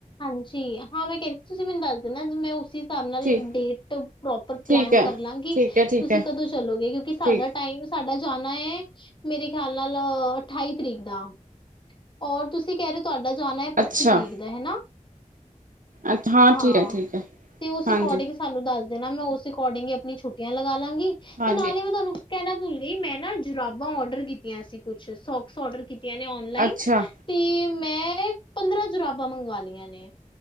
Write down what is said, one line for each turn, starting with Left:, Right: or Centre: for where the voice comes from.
Left: ਹਾਂਜੀ ਹਾਂ ਮੈਂ ਕਹਿ ਰਹੀ ਸੀ ਤੁਸੀਂ ਮੈਨੂੰ ਦੱਸ ਦੇਨਾ ਮੈਂ ਉਸੀ ਹਿਸਾਬ ਨਾਲ
Right: ਠੀਕ
Left: ਡੇਟ ਪ੍ਰੋਪਰ ਪਲੈਨ
Right: ਠੀਕ ਹੈ
Left: ਕਰ ਲਾਂਗੀ,
Right: ਠੀਕ ਹੈ ਠੀਕ
Left: ਤੁਸੀਂ
Right: ਹੈ
Left: ਕਦੋਂ ਚਲੋਗੇ ਕਿਉਂਕਿ ਸਾਡਾ
Right: ਠੀਕ
Left: ਟਾਈਮ ਸਾਡਾ ਜਾਣਾ ਹੈ ਮੇਰੇ ਖਿਆਲ ਨਾਲ ਅਠਾਈ ਤਰੀਕ ਦਾ, ਔਰ ਤੁਸੀਂ ਕਹਿ ਰਹੇ ਹੋ ਤੁਹਾਡਾ ਜਾਣਾ ਹੈ ਪੱਚੀ
Right: ਅੱਛਾ
Left: ਤਰੀਕ ਦਾ ਹੈਨਾ।
Right: ਅੱਛਾ,
Left: ਹਾਂ
Right: ਠੀਕ ਹੈ ਠੀਕ ਹੈ
Left: ਤੇ ਉਸ
Right: ਹਾਂਜੀ
Left: ਅਕੋਡਿੰਗ ਸਾਨੂੰ ਦੱਸ ਮੈਂ ਉਸ ਅਕੋਡਿੰਗ ਆਪਣੀ ਛੁੱਟਿਆਂ ਲੱ ਗ ਲਾਂਗੀ
Right: ਹਾਂਜੀ
Left: ਤੇ ਨਾਲ ਹੀ ਮੈਂ ਤੁਹਾਨੂੰ ਕਹਿਣਾ ਭੁੱਲ ਗਈ, ਮੈਂ ਨਾ ਜੁਰਾਬਾਂ ਔਡਰ ਕੀਤੀਆਂ ਸੀ ਕੁੱਛ ਸੋਕਸ ਔਡਰ ਕੀਤੀਆਂ ਨੇ, ਔਨਲਾਈਨ
Right: ਅੱਛਾ
Left: ਤੇ ਮੈਂ ਪੰਦਰਾਂ ਜੁਰਾਬਾਂ ਮੰਗਵਾ ਲਈਆਂ। ਮੈਂ